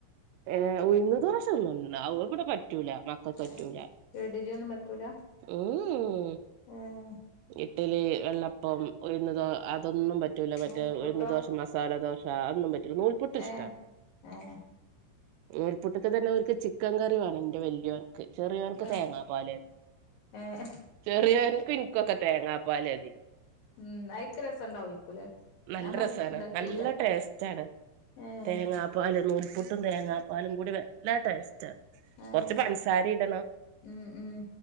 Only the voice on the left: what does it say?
ഏഹ് ഇഡ്ലിയൊന്നും പറ്റൂല
ഏഹ്
നൂൽപുട്ടോ
ഏഹ് ഏഹ്
ഏഹ്
ഏഹ്
ഉം അയിക്ക് രസണ്ടാവേക്കുലേ
ഞാൻ നോക്കി
ഇണ്ടാക്കിയില്ല
ഏഹ്
ഏഹ്
ഉം ഉം